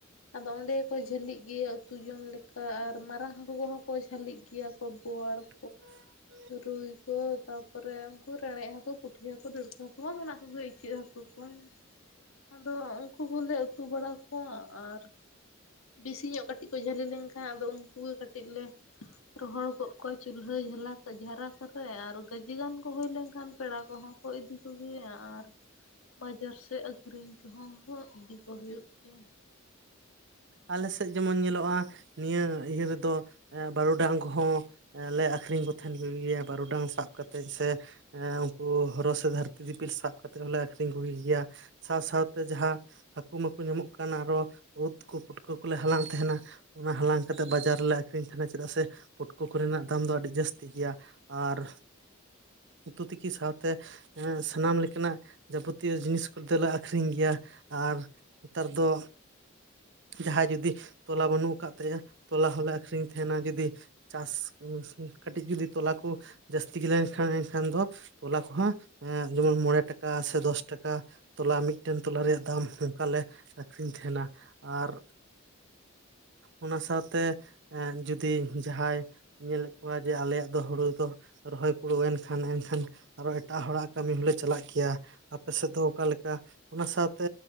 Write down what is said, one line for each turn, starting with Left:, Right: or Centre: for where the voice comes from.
Left: ᱟᱫᱚ ᱚᱸᱰᱮ ᱠᱚ ᱡᱷᱟᱹᱞᱤᱜ ᱜᱮᱭᱟ ᱩᱛᱩ ᱡᱚᱢ ᱞᱮᱠᱟ, ᱟᱨ ᱢᱟᱨᱟᱝ ᱦᱟᱹᱠᱩ ᱠᱚᱦᱚᱸ ᱠᱚ ᱡᱷᱟᱹᱞᱤᱜ ᱜᱮᱭᱟ ᱠᱚ ᱵᱳᱣᱟᱲ ᱾
Right: <inaudible>
Left: ᱨᱩᱭ ᱠᱚ ᱛᱟᱯᱚᱨᱮ ᱩᱱᱠᱩ ᱨᱮᱲᱮᱡ ᱦᱟᱠᱳ ᱯᱩᱴᱷᱤ ᱦᱟᱠᱳ ᱰᱟᱸᱬᱠᱟᱹ ᱦᱟᱠᱳ ᱢᱟ ᱠᱚᱜᱮ ᱤᱪᱟᱹᱜ ᱦᱟᱠᱳ ᱠᱚ ᱾ ᱟᱫᱚ ᱩᱱᱠᱩ ᱠᱚᱞᱮ ᱩᱛᱩ ᱵᱟᱲᱟ ᱠᱚᱣᱟ ᱟᱨ ᱼᱼ ᱵᱮᱥᱤ ᱧᱚᱜ ᱠᱟᱹᱴᱤᱡ ᱠᱚ ᱡᱷᱟᱹᱞᱤ ᱞᱮᱱᱠᱷᱟᱱ, ᱟᱫᱚ ᱩᱱᱠᱩ ᱜᱮ ᱠᱟᱹᱴᱤᱡ ᱞᱮ ᱨᱚᱦᱚᱲ ᱜᱚᱫ ᱠᱚᱣᱟ ᱪᱩᱞᱦᱟᱹ ᱡᱷᱟᱞᱟ ᱡᱷᱟᱨᱟ ᱠᱚᱨᱮ ᱟᱨ ᱜᱟᱡᱮ ᱜᱟᱱ ᱠᱚ ᱦᱳᱭ ᱞᱮᱱᱠᱷᱟᱱ ᱯᱮᱲᱟ ᱠᱚᱦᱚᱸ ᱠᱚ ᱤᱫᱤ ᱠᱚᱜᱮ ᱟᱨ ᱼᱼ ᱵᱟᱡᱟᱨ ᱥᱮᱫ ᱟᱹᱠᱷᱨᱤᱧ ᱠᱚᱦᱚᱸ ᱤᱫᱤ ᱠᱚ ᱦᱳᱭᱳᱜ ᱜᱮᱭᱟ ᱾
Right: ᱟᱞᱮ ᱥᱮᱫ ᱡᱮᱢᱚᱱ ᱧᱮᱞᱚᱜ-ᱟ, ᱱᱤᱭᱟᱹ ᱤᱭᱟᱹ ᱨᱮᱫᱚ ᱵᱟᱨᱩᱰᱟᱝ ᱠᱚᱦᱚᱸ ᱞᱮ ᱟᱠᱷᱨᱤᱧ ᱠᱚ ᱛᱟᱦᱮᱸᱱ ᱠᱚ ᱜᱮᱭᱟ ᱵᱟᱨᱩᱰᱟᱝ ᱥᱟᱵ ᱠᱟᱛᱮᱫ ᱥᱮ ᱮ ᱩᱱᱠᱩ ᱦᱚᱨᱚ ᱥᱮ ᱫᱷᱟᱹᱨᱛᱤ ᱫᱤᱯᱤᱞ ᱥᱟᱵ ᱠᱟᱛᱮᱜ ᱦᱚᱸᱞᱮ ᱟᱠᱷᱨᱤᱧ ᱠᱚᱜᱤ ᱜᱮᱭᱟ ᱾ ᱥᱟᱶ ᱥᱟᱸᱣᱛᱮ ᱡᱟᱦᱟᱸ ᱦᱟᱹᱠᱩ ᱢᱟᱠᱚ ᱧᱟᱢᱚᱜ ᱠᱟᱱᱟ, ᱟᱨᱚ ᱩᱫ ᱠᱚ ᱯᱩᱴᱠᱟᱹ ᱠᱚᱞᱮ ᱦᱟᱞᱟᱝ ᱛᱟᱦᱮᱸᱱᱟ᱾ ᱚᱱᱟ ᱦᱟᱞᱟᱝ ᱠᱟᱛᱮᱜ ᱵᱟᱡᱟᱨ ᱨᱮᱞᱮ ᱟᱠᱷᱨᱤᱧ ᱛᱟᱦᱮᱸᱱᱟ, ᱪᱮᱫᱟᱜ ᱥᱮ ᱯᱩᱴᱠᱚ ᱠᱚ ᱨᱮᱱᱟᱜ ᱫᱟᱢ ᱫᱚ ᱟᱰᱤ ᱡᱟᱹᱥᱛᱤ ᱜᱮᱭᱟ᱾ ᱟᱨ, ᱩᱛᱩ ᱛᱤᱠᱤ ᱥᱟᱣᱛᱮ ᱦᱮᱸ ᱥᱟᱱᱟᱢ ᱞᱮᱠᱟᱱᱟᱜ ᱡᱟᱵᱚᱛᱤᱭᱚ ᱡᱤᱱᱤᱥ ᱠᱚᱫᱚᱞᱮ ᱟᱠᱷᱨᱤᱧ ᱜᱮᱭᱟ᱾ ᱟᱨ ᱱᱮᱛᱟᱨ ᱫᱚ ᱡᱟᱦᱟᱸᱭ ᱡᱩᱫᱤ ᱛᱚᱞᱟ ᱵᱟᱹᱱᱩᱜ ᱟᱠᱟᱫ ᱛᱟᱭᱟ, ᱛᱚᱞᱟ ᱦᱚᱞᱮ ᱟᱠᱷᱨᱤᱧ ᱛᱟᱦᱮᱸᱱᱟ᱾ ᱡᱩᱫᱤ ᱪᱟᱥ ᱠᱟᱹᱴᱤᱡ ᱡᱩᱫᱤ ᱛᱚᱞᱟ ᱠᱩ ᱡᱟᱹᱥᱛᱤ ᱜᱮ ᱞᱮᱠᱷᱟᱱ ᱮᱱᱠᱷᱟᱱ ᱫᱚ ᱛᱚᱞᱟ ᱠᱚᱦᱚᱸ ᱡᱮᱢᱚᱱ ᱢᱚᱸᱬᱮ ᱴᱟᱠᱟ ᱥᱮ ᱫᱚᱥ ᱴᱟᱠᱟ ᱛᱚᱞᱟ ᱢᱤᱫᱴᱮᱱ ᱛᱚᱞᱟ ᱨᱮᱭᱟᱜ ᱫᱟᱢ ᱚᱝᱠᱟᱞᱮ ᱟᱠᱷᱨᱤᱧ ᱛᱟᱦᱮᱸᱱᱟ᱾ ᱟᱨ ᱚᱱᱟ ᱥᱟᱣᱛᱮ ᱡᱩᱫᱤ ᱡᱟᱦᱟᱭ ᱧᱮᱞᱮᱫ ᱠᱚᱣᱟ ᱡᱮ ᱟᱞᱮᱭᱟᱜ ᱫᱚ ᱦᱳᱲᱳ ᱫᱚ ᱨᱚᱦᱚᱭ ᱯᱩᱨᱟᱹᱣᱮᱱ ᱠᱷᱟᱱ, ᱮᱱᱠᱷᱟᱱ ᱟᱨᱚ ᱮᱴᱟᱜ ᱦᱚᱲᱟᱜ ᱠᱟᱢᱤ ᱦᱚᱞᱮ ᱪᱟᱞᱟᱜ ᱜᱮᱭᱟ᱾ ᱟᱯᱮ ᱥᱮᱫ ᱫᱚ ᱚᱠᱟ ᱞᱮᱠᱟ? ᱚᱱᱟ ᱥᱟᱶᱛᱮ